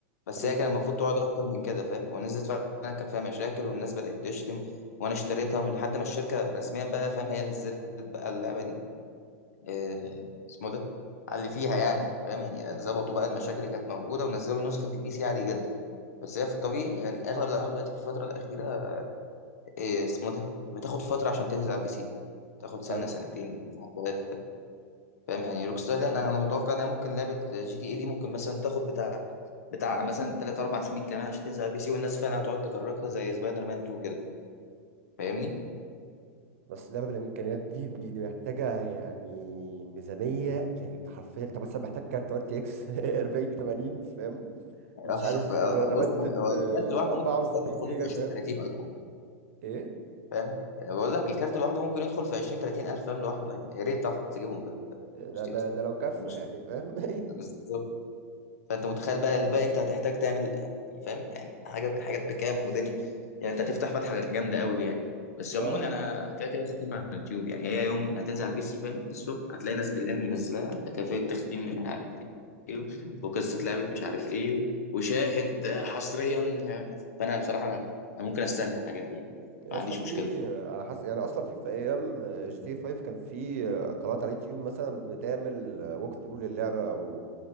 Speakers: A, on the left; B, on the right.
A: بس
B: ايوه
A: هي كان المفروض تقعد اكتر من كده فاهم ونزلت فعلا كان فيها مشاكل والناس بدات تشتم وانا اشتريتها من لحد ما الشركه رسميا بقى فاهم هي نزلت بقى اللعبه دي آه، اسمه ده على اللي فيها يعني فاهم يعني ظبطوا بقى المشاكل اللي كانت موجوده ونزلوا نسخه البي سي عادي جدا بس هي في الطبيعي يعني اغلب الالعاب دلوقتي في الفتره الاخيره إيه اسمه ده بتاخد فترة عشان تنزل على البي سي تاخد سنة
B: ايوه
A: سنتين ثلاثة فاهم يعني روك ستار دي انا انا متوقع انها ممكن لعبة جي تي اي دي ممكن مثلا تاخد بتاع بتاع مثلا ثلاث اربع سنين كمان عشان تنزل على البي سي والناس فعلا هتقعد تكركها زي سبايدر مان 2 كده فاهمني؟
B: بس لعبه بالامكانيات دي دي دي محتاجه يعني ميزانيه يعني حرفيا انت مثلا محتاج كارت ار تي اكس <laughs> 40 80 فاهم
A: <laughs>
B: مش عارف
A: ف-
B: الرامات
A: بص يعني
B: تت-
A: هو الكارت لوحده
B: 64
A: ممكن فاهم يدخل
B: جيجا
A: له في 20
B: فاهم
A: 30 ولا حاجة
B: إيه؟
A: فاهم؟ بقول لك الكارت لوحده ممكن يدخل في 20 30 الف فاهم لوحده يعني يا ريت تعرف تجيبهم بالفلوس
B: ده ده
A: دي اصلا
B: ده لو كفى
A: مش
B: يعني فاهم <laughs>
A: بالظبط فانت متخيل بقى الباقي انت هتحتاج تعمل يعني فاهم يعني حاجه حاجات بكام ودني يعني انت هتفتح فتحه جامده قوي يعني بس عموما
B: اه
A: انا كده كده ختمها على اليوتيوب يعني هي يوم هتنزل على البي سي فاهم الصبح هتلاقي ناس بالليل منزلاها كافيه تختيم مش عارف ايه وقصه لعبه مش عارف ايه وشاهد حصريا فانا بصراحه انا أنا ممكن استنى الحاجات دي يعني
B: يعني
A: ما
B: اصلا
A: عنديش
B: في
A: مشكله
B: على حسب يعني اصلا في في ايام جي تي 5 كان في قنوات على اليوتيوب مثلا بتعمل ووك ثرو للعبه او